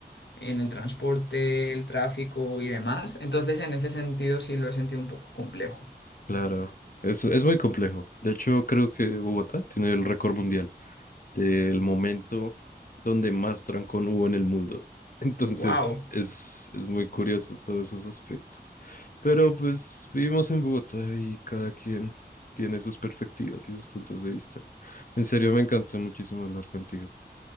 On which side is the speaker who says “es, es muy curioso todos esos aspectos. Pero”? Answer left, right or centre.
Left